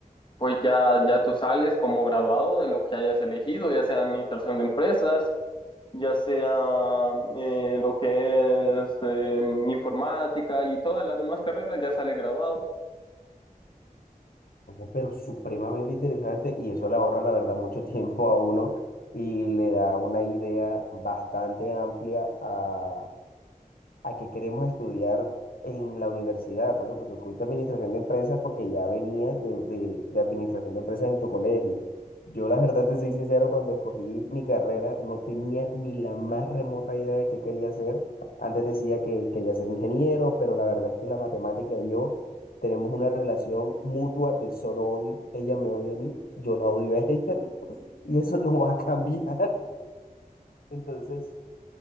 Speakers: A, on the left (about 35°); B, on the left (about 85°).
A: pues ya, ya tú sales como graduado de lo que hayas elegido, ya sea administración de empresas, ya sea eh, lo que es eh, informática y todas las demás carreras, ya sale graduado.
B: Ojo, Pero supremamente interesante y eso le ahorra, la verdad, mucho <laughs> tiempo a uno y le da una idea bastante amplia a a qué queremos estudiar en la universidad. Por ejemplo, tú escogiste administración de empresas porque ya venías de, de- de administración de empresas en tu colegio. Yo la verdad te soy sincero, cuando escogí mi carrera no tenía ni la más remota idea de qué quería hacer. Antes decía que quería ser ingeniero, pero la verdad es que la matemática y yo tenemos una relación mutua de solo odio. Ella me odia a mí, yo la odio a ella <laughs> y eso no va a cambiar. <laughs> Entonces...